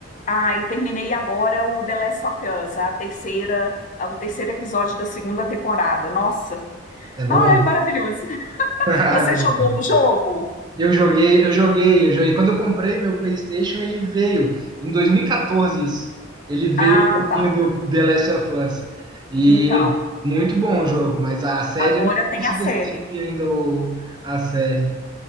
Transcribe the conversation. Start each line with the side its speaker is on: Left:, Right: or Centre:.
Left: Ah, e terminei agora o The Last of Us, a terceira, o terceiro episódio da segunda temporada. Nossa,
Right: É bom?
Left: ai, maravilhoso. <laughs>
Right: <laughs>
Left: Você jogou o jogo?
Right: Eu joguei, eu joguei, eu joguei. Quando eu comprei meu PlayStation, ele veio em 2014 isso. Ele veio
Left: Ah,
Right: o joguinho
Left: tá.
Right: do The Last of Us. E
Left: Então,
Right: muito bom o jogo, mas a série
Left: agora
Right: eu não
Left: tem
Right: consegui
Left: a série.
Right: assistir ainda o- a série.